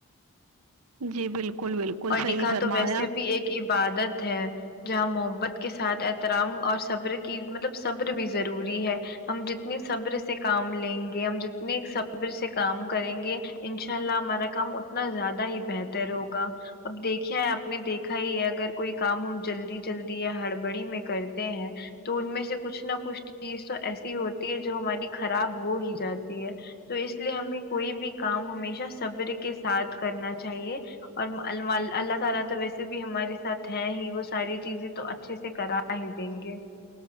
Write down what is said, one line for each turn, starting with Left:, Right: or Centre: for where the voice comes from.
Right: جی بالکل بالکل
Left: اور
Right: صحیح
Left: نکاح
Right: فرمایا
Left: تو ویسے بھی ایک کی عبادت ہے جہاں محبت کے ساتھ احترام اور صبر کی مطلب صبر بھی ضروری ہے ہم جتنی صبر سے کام لیںگے ہم جتنی صبر سے کام کریںگے انشاء اللہ ہمارا کام اتنا زیادہ ہی بہتر ہوگا اب دیکھیا ہے آپ نے دیکھا ہی ہے اگر کوئی کام ہم جلدی جلدی یا ہڑبڑی میں کرتے ہیں تو ان میں سے کچھ نہ کچھ چیز تو ایسی ہوتی ہے جو ہماری خراب ہو ہی جاتی ہے تو اس لیے ہمیں کوئی بھی کام ہمیشہ صبر کے ساتھ کرنا چاہیے اور اللہ تعالی تو ویسے بھی ہمارے ساتھ ہے ہی وہ ساری چیزیں تو اچھے سے کرا ہی دیںگے